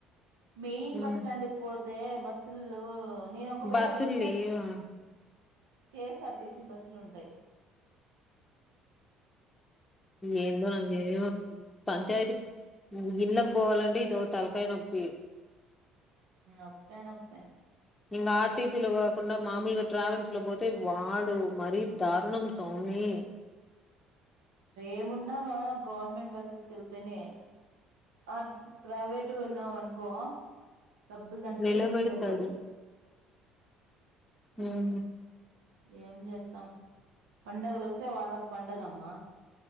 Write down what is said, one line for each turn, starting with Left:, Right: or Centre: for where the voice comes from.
Right: మెయిన్
Left: ఉమ్
Right: బస్ స్టాండ్కి పో బస్లు నేను ఒకవేళ
Left: బస్సులు
Right: వెళ్తే
Left: లేవా
Right: కెఎస్ఆర్టిసీ బస్సులుంటాయి
Left: ఏందో నాే పంచాయత ఇళ్ళకి పోవాలంటే ఇదో తలకాయ నొప్పి
Right: అప్పేన అప్పే
Left: ఇంకా ఆర్టీసీలో కాకుండా మామూలుగా ట్రావెల్స్ లో పోతే వాడు మరీ దారుణం స్వామి
Right: ఏమున్నావా గవర్నమెంట్ బస్సెస్ క వెళ్తేనే ఆ ప్రైవేటు వెళ్ళాంనుకో డబ్బులు దండి
Left: నిలబెడతాడు
Right: విక్కడుడు
Left: ఆహ
Right: ఏం చేస్తాం పండుగలు వస్తే వాళ్ళకు పండగమ్మా